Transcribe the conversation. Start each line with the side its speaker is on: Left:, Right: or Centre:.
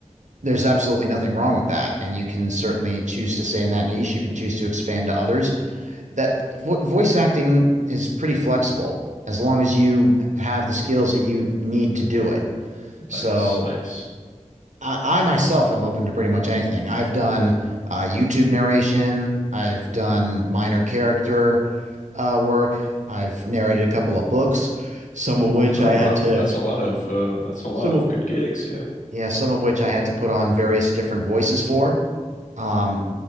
Right: there's absolutely nothing wrong with that. And you can certainly choose to stay in that niche. You can choose to expand to others. That vo voice acting is pretty flexible as long as you have the skills that you need to do it. So
Left: Nice, nice.
Right: I, I myself am open to pretty much anything. I've done uh, YouTube narration, I've done minor character uh, work, I've narrated a couple of books, some of which
Left: Oh
Right: I
Left: wow.
Right: had to
Left: That's a lot of uh that's a lot
Right: some of
Left: of good gigs, yeah.
Right: yeah, some of which I had to put on various different voices for. Um,